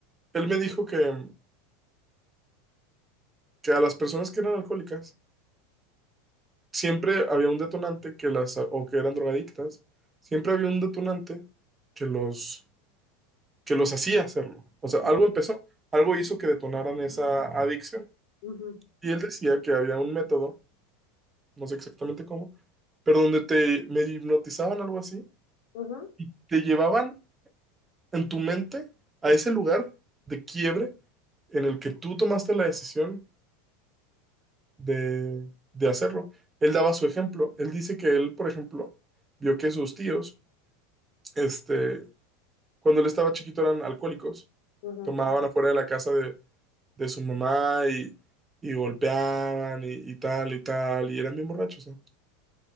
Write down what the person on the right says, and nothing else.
él me dijo que, que a las personas que eran alcohólicas siempre había un detonante que las, o que eran drogadictas, siempre había un detonante que los, que los hacía hacerlo. O sea, algo
empezó, algo hizo que detonaran esa adicción.
Y él decía que había un método, no sé exactamente cómo, pero donde te me hipnotizaban algo así
y te llevaban en tu mente a
ese lugar de quiebre en el que tú tomaste la decisión de, de hacerlo. Él daba su ejemplo. Él dice que él, por ejemplo, vio que sus tíos, este, cuando él estaba chiquito eran alcohólicos,
tomaban afuera de la casa de, de su mamá y, y golpeaban y, y tal y tal, y eran bien borrachos, ¿no?